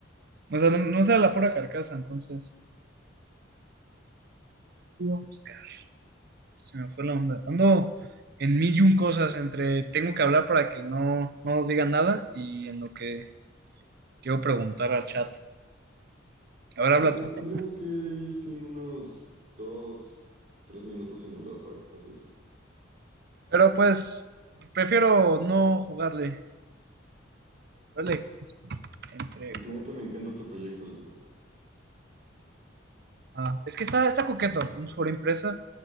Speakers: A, on the right; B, on the right.
A: O sea, no, no era la pura carcasa, entonces, iba a buscar. se me fue la onda. Ando en mil y un cosas entre tengo que hablar para que no, no os digan nada y en lo que quiero preguntar al chat. A ver,
B: Nah,
A: habla tú.
B: nos tendríamos que ir sin unos dos, tres minutos sin hablar para que pase eso.
A: Pero pues, prefiero no jugarle. ¿vale? Entre,
B: Porque la neta me encanta este proyecto, la verdad.
A: ah, es que está, está coqueto. Un Subaru impresa,